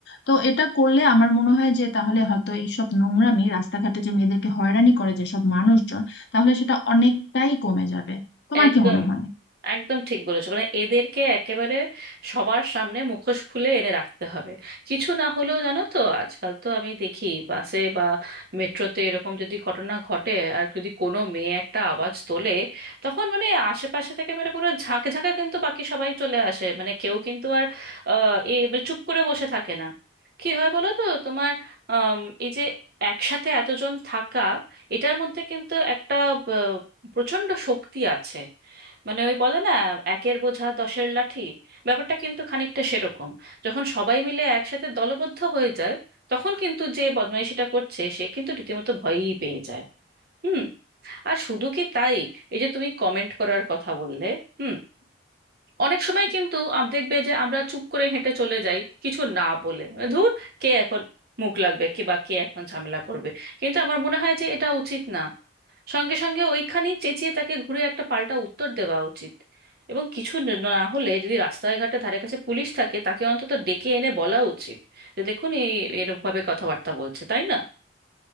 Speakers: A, on the left (about 60°); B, on the right (about 50°).
A: তো এটা করলে আমার মনে হয় যে তাহলে হয়তো এইসব নোংরামি রাস্তাঘাটে যে মেয়েদেরকে হয়রানি করে যেসব মানুষজন তাহলে সেটা অনেকটাই কমে যাবে তোমার
B: একদম
A: কি মনে হয়
B: একদম ঠিক বলেছো মানে এদেরকে একেবারে সবার সামনে মুখোশ খুলে এনে রাখতে হবে কিছু না হলেও জানো তো আজকাল তো আমি দেখি বাসে বা মেট্রোতে এরকম যদি ঘটনা ঘটে আর যদি কোনো মেয়ে একটা আওয়াজ তোলে তখন মানে আশেপাশে থেকে মানে পুরো ঝাঁকে ঝাঁকে কিন্তু বাকি সবাই চলে আসে মানে কেউ কিন্তু আর আহ, এ মানে চুপ করে বসে থাকে না কি হয় বলো তো তোমার আম, এই যে একসাথে এতজন থাকা এটার মধ্যে কিন্তু একটা প্রচন্ড শক্তি আছে মানে ওই বলে না একের বোঝা দশের লাঠি ব্যাপারটা কিন্তু খানিকটা সেরকম যখন সবাই মিলে একসাথে দলবদ্ধ হয়ে যায় তখন কিন্তু যে বদমাইশিটা করছে সে কিন্তু রীতিমতো ভয়ই পেয়ে যায় হুম আর শুধু কি তাই এই যে তুমি কমেন্ট করার কথা বললে হুম অনেক সময় কিন্তু আম- দেখবে যে আমরা চুপ করে হেঁটে চলে যাই কিছু না বলে মানে ধুর কে এখন মুখ লাগবে কে বা কে এখন ঝামেলা করবে কিন্তু আমার মনে হয় যে এটা উচিত না সঙ্গে সঙ্গে ওইখানেই চেঁচিয়ে তাকে ঘুরে একটা পাল্টা উত্তর দেওয়া উচিত এবং কিছু ন- না হলে যদি রাস্তায় ঘাটে ধারে কাছে পুলিশ থাকে তাকে অন্তত ডেকে এনে বলা উচিত যে দেখুন এই এরকম ভাবে কথাবার্তা বলছে তাই না